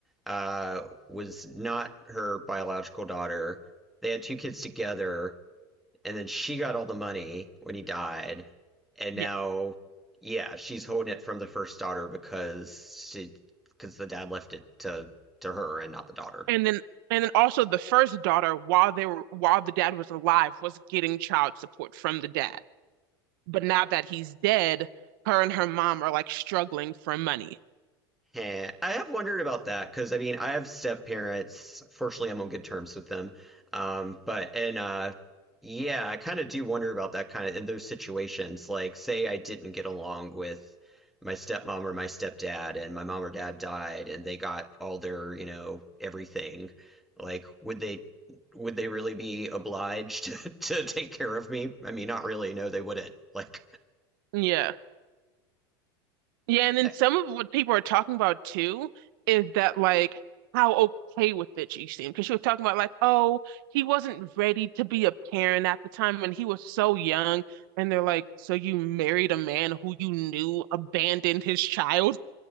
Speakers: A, in the centre; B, on the right.
A: uh was not her biological daughter. They had two kids together, and then she got all the money when he died, and now
B: Yes.
A: yeah, she's holding it from the first daughter because she because the dad left it to to her and not the daughter.
B: And then and then also the first daughter, while they were while the dad was alive, was getting child support from the dad. But now that he's dead, her and her mom are like struggling for money.
A: Yeah, I have wondered about that because I mean, I have step parents. Fortunately, I'm on good terms with them. Um, but and uh, yeah, I kind of do wonder about that kind of in those situations. Like, say I didn't get along with my stepmom or my stepdad, and my mom or dad died, and they got all their, you know, everything. Like, would they would they really be obliged <laughs> to take care of me? I mean, not really. No, they wouldn't. Like,
B: Yeah. Yeah,
A: <laughs>
B: and then
A: and
B: some of what people are talking about too is that like how okay with it she seemed because she was talking about like, oh, he wasn't ready to be a parent at the time when he was so young, and they're like, so you married a man who you knew abandoned his child,